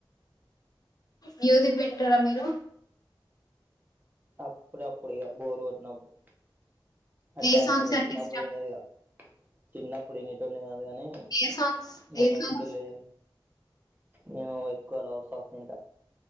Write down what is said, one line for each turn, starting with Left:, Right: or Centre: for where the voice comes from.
Left: మ్యూజిక్ వింటరా మీరు?
Right: అప్పుడప్పుడ్ ఇగ బోర్ కొట్నప్పుడు అట్టా
Left: ఏ సాంగ్స్
Right: అప్పుడ
Left: అంటే
Right: చిన్నప్పుడు
Left: ఇష్టం
Right: ఇనేదిగా చిన్నప్పుడు ఎన్నిటోడ్ని కాదు గనీ
Left: ఏ సాంగ్స్
Right: మొన్నడు
Left: ఏ సాంగ్స్
Right: కెళ్ళి నేను ఎక్కువ లవ్ సాంగ్స్ వింట